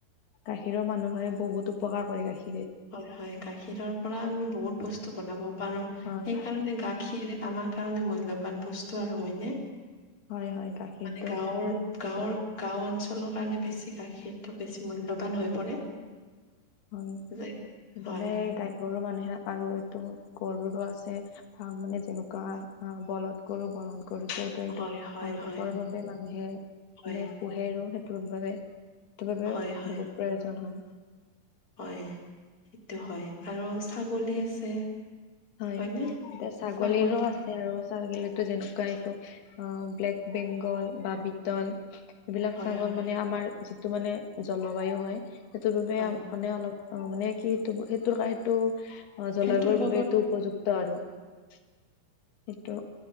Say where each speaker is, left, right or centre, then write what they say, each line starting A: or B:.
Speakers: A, on the left; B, on the left.
A: গাখীৰৰ মানুহে বহুত উপকাৰ কৰে গাখীৰ
B: হয়- হয় গাখীৰৰ পৰা আমি বহুত বস্তু বনাব পাৰো,
A: হয়
B: সেইকাৰণে গাখীৰ খিৰ আমাৰ কাৰণে মূল্যবান বস্তু আৰু হয়নে। মানে
A: হয় হয় গাখীৰটো
B: গাঁৱৰ
A: সেইটো
B: -গাঁৱৰ গাওঁ অঞ্চলত। কাৰণে বেছি গাখীৰটো বেছি মূল্যবান হৈ পৰে।
A: হয়
B: যে
A: সেইবাবে
B: হয়
A: গৰু মানুহে আৰু এইটো গৰুৰো আছে ভাল মানে যেনেকুৱা বলধ গৰু বলধ গৰুটো এইটো
B: হয় হয়
A: হাল
B: হয়
A: বাবৰ বাবে মানুহে
B: হয়
A: পোহে আৰু সেইটোৰ বাবে। সেইটো বাবে
B: হয় হয়
A: বহুত প্ৰয়োজন হয়।
B: হয় সেইটো হয় আৰু ছাগলী আছে।
A: হয়
B: হয়নে
A: এতিয়া ছাগলীৰো
B: ছাগলী
A: আছে আৰু ছাগলী। যেনেকুৱা এইটো অ ব্লেক বেংগল বা বিতল। এইবিলাক
B: হয়
A: ছাগল
B: হয়
A: মানে আমাৰ যিটো মানে জলবায়ু হয় সেইটোৰ বাবে
B: হয়
A: মানে অলপ। অ মানে কি সেইটো সেইটোৰ সেইটো অ জলবায়ুৰ
B: সেইটোৰ লগত
A: বাবে এইটো। উপযুক্ত আৰু সেইটো